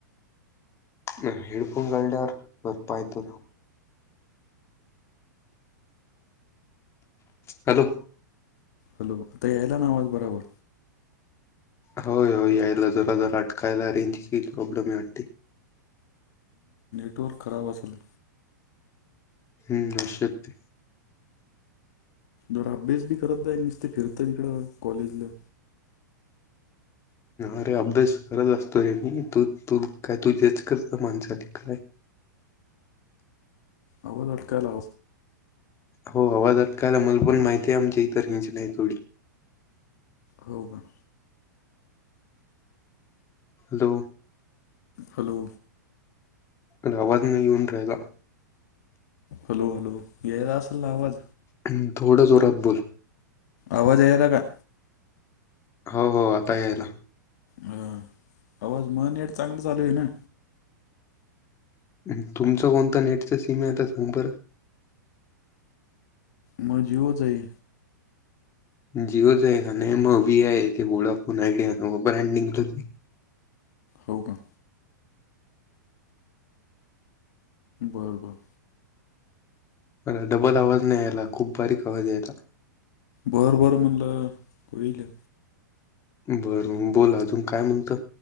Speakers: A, on the left (about 25°); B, on the left (about 60°).
A: न हेड फोन गड्यार बरपयतो ना. हॅलो
B: हॅलो आता यायला नावाज बराबर?
A: होय हो यायला जरा जर अटकायला रेंजही प्रॉब्लेम आहे वाटते.
B: स्टोअर खराब असल.
A: हम्म असु शकते.
B: जरा अभ्यास बी करत नाही नुसते फिरतंय इकडं कॉलेजला.
A: अरे अभ्यास करत असतो रे मी तू तू काय तु जेच करत माणसासाठी काय.
B: अवज अटकायला.
A: हो आवाज अटकायला मला माहिती आहे आमची इतर हित रेंच नाही थोडी.
B: हो का.
A: हॅलो
B: हॅलो
A: अलाहाबाद नाही ऊून राहीला.
B: हॅलो हॅलो येयला असल ना आवाज?
A: हम्म, थोडं जोरात बोल.
B: अवाज यायला का?
A: हो हो आता यायला.
B: अह आवाज मनेट चांगलं चालू आहे ना.
A: हम् तुमचं कोणतं नेटच सीम आहे आता सांग बर?
B: म जीवो चं हे.
A: जिओच हे का आहे नाही म वीआय आहे ते बोळा फोन आयडिया ब्रँडिंगच.
B: हो का? बरं बरं.
A: बर डबल आवाज नाही यायला खूप बारीक आवाज यायचा.
B: बर बर मणल होईल.
A: बरं बोल अजून काय म्हणत